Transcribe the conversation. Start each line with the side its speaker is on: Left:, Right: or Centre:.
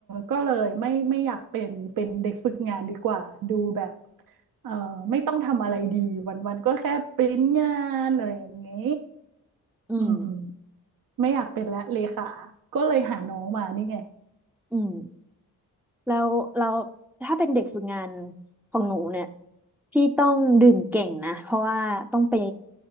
Right: ก็เลยไม่ไม่อยากเป็นเป็นเด็กฝึกงานดีกว่าดูแบบเออไม่ต้องทำอะไรดีวันวันก็แค่ปริ้นงานอะไรอย่างงี้
Centre: อืม
Right: อืมไม่อยากเป็นและเลขาก็เลยหาน้องมานี่ไง
Centre: อืม แล้วเราถ้าเป็นเด็กฝึกงานของหนูเนี่ย พี่ต้องดื่มเก่งนะ เพราะว่าต้องไป